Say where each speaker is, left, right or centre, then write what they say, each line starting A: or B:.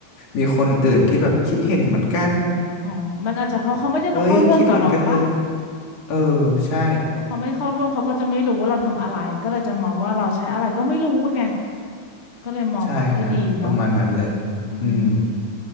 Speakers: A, on the left; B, on the left.
A: มีคนอื่นที่แบบคิดเห็นเหมือนกัน
B: อ๋อมันอาจจะเพราะเขาไม่ได้มาเข้าร่วมกับเราปะ
A: เอ้ยคิดเหมือนกันเลยเออใช่
B: พอเขาไม่เข้าร่วมเขาก็จะไม่รู้ว่าเราทำอะไรก็เลยจะมองว่าเราใช้อะไรก็ไม่รู้ไงก็เลยมองแบบไม่ดีเนาะ
A: ใช่ฮะประมาณนั้นเลย
B: อืม
A: อืม